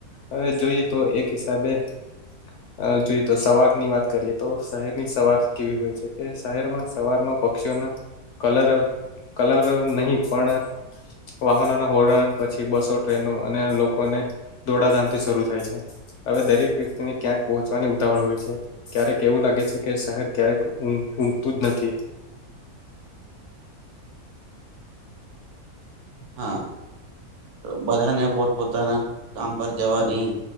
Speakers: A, on the left; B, on the right.
A: હવે જોઈએ તો એક હિસાબે અ જોઈએ તો સવાર ની વાત કરીએ તો શહેરની સવાર કેવી હોય છે કે શહેરમાં સવારમાં પક્ષીઓના કલરવ કલરવ નહી પણ વાહનો ના હોરન પછી બસો, ટ્રેનો અને લોકોને દોડાધામ થી શરૂ થાય છે હવે દરેક વ્યક્તિને ક્યાંક પહોંચવાની ઉતાવળ હોય છે. ક્યારેક એવું લાગે છે કે શહેર ક્યારેક ઊ ઊંઘતું જ નથી.
B: હા બધાને પોતપ પોતાના કામ પર જવાની